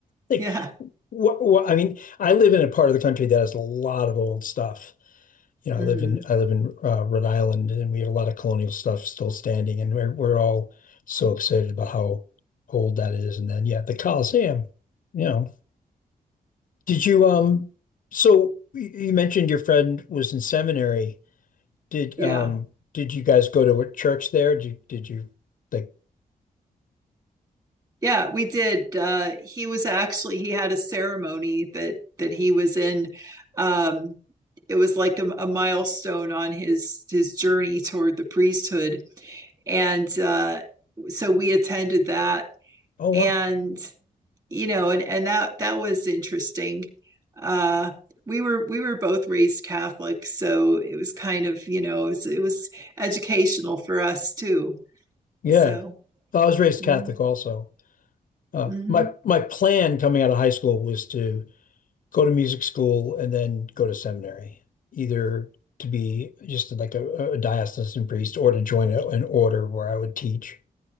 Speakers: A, on the left; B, on the right.
A: Like,
B: Yeah.
A: what, what? I mean, I live in a part of the country that has a lot of old stuff. you know,
B: Mhm.
A: I live in I live in uh, Rhode Island, and we have a lot of colonial stuff still standing, and we're we're all so excited about how old that is. And then, yeah, the Coliseum. You know, did you um? So you you mentioned your friend was in seminary. Did
B: Yeah.
A: um? Did you guys go to a church there? Did you, did you like?
B: Yeah, we did. Uh he was actually he had a ceremony that that he was in um it was like a, a milestone on his his journey toward the priesthood and uh so we attended that
A: Oh wow,
B: and you know and and that that was interesting. Uh we were we were both raised Catholic, so it was kind of, you know, it was, it was educational for us too.
A: yeah.
B: So,
A: Well, I was raised
B: mhm.
A: Catholic also. Uh,
B: Mhm.
A: my my plan coming out of high school was to go to music school and then go to seminary, either to be just like a, a diocesan priest or to join a, an order where I would teach.